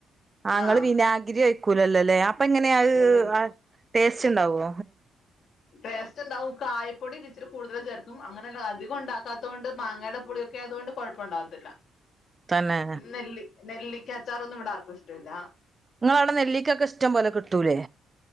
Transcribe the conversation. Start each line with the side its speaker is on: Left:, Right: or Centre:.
Right: ആ
Left: ആഹ്
Right: ങ്ങള് വിനാഗിരിയൊഴി ക്കുലല്ലോ ലേ അപ്പം എങ്ങനെയാ അത്
Left: ഐ മീൻ
Right: ടേസ്റ്റ് ഉണ്ടാവോ
Left: ടേസ്റ്റ് ഇണ്ടാവും കായപ്പൊടി ഒരിച്ചിരി കൂടുതല് ചേർക്കും അങ്ങനെന്ന അധികും ഇണ്ടാക്കാത്തോണ്ട് മാങ്ങയുടെ പുളിയൊക്കെ ആയതുകൊണ്ട് കുഴപ്പം ഉണ്ടാവത്തില്ല
Right: തന്നെ
Left: നെല്ലി നെല്ലി അച്ചാറോന്നും വിടാർക്കും ഇഷ്ടല്ലാ
Right: നിങ്ങടവിടെ നെല്ലിക്കൊക്കെ ഇഷ്ടം പോലെ കിട്ടൂലേ